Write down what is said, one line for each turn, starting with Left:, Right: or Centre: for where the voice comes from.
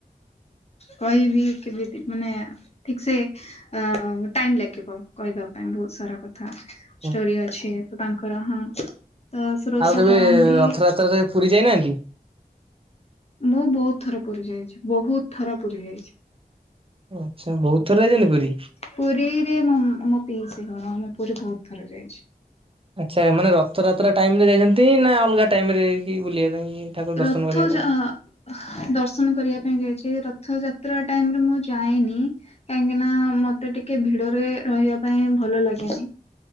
Left: କହିବି କେମିତି ମାନେ ଠିକ ସେ ଅ ଟାଇମ ଲାଗିବ କହିବା ପାଇଁ। ବୋହୁତ ସାରା କଥା
Right: ହଁ
Left: ଷ୍ଟୋରି ଅଛି ତ ତାଙ୍କର ହଁ। ତ ସେ ରୋଷ
Right: ଆଉ କେବେ
Left: କରନ୍ତି।
Right: ରଥଯାତ୍ରାରେ ପୁରୀ ଯାଇନାହାନ୍ତି?
Left: ମୁଁ ବୋହୁତ ଥର ପୁରି ଯାଇଛି ବୋହୁତ ଥର ପୁୀରି ଯାଇଛି।
Right: ଆଚ୍ଛା ବୋହୁତ ଥର। ଯାଇଛନ୍ତି ପୁରୀ
Left: ପୁରୀରେ ମୋ ମୋ ପିଇସି ଘର ମୁଁ ପୁରୀ ବୋହୁତ ଥର ଯାଇଛି।
Right: ଆଚ୍ଛା ମାନେ ରଥଯାତ୍ରା ଟାଇମ ରେ ଯାଇଛନ୍ତି ନା ଅଲଗା ଟାଇମ ରେ। କି ବୁଲିବା ପାଇଁ ଠାକୁର ଦର୍ଶନ
Left: ରଥ
Right: କରିବା
Left: ଜ୍ ହଁ ଦର୍ଶନ କରିବା ପାଇଁ ଯାଇଛି ରଥ ଯାତ୍ ଯାତ୍ରା ଟାଇମ୍ ରେ ମୁଁ ଯାଏନି। କାହିଁକି ନା ମତେ ଟିକେ ଭିଡରେ ରହିବା ପାଇଁ ଭଲ ଲାଗେନି।